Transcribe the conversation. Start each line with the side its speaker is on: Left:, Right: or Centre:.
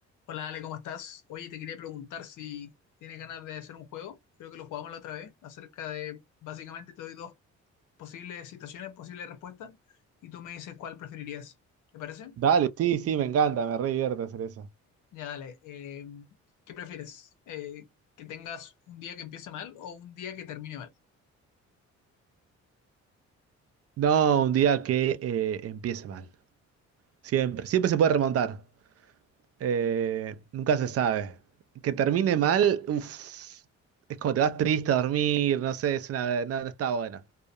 Left: Hola Ale, ¿cómo estás? Oye, te quería preguntar si tienes ganas de hacer un juego, creo que lo jugamos la otra vez, acerca de, básicamente te doy dos posibles situaciones, posibles respuestas, y tú me dices cuál preferirías. ¿Te parece?
Right: Dale, sí, sí, me encanta, me re divierte hacer eso.
Left: Ya dale, eh, ¿qué prefieres? Eh, ¿que tengas un día que empiece mal o un día que termine mal?
Right: No, un día que eh, empiece mal. Siempre, siempre se puede remontar. Eh, nunca se sabe. Que termine mal, uff, es como te vas triste a dormir, no sé, es una, no, no está buena.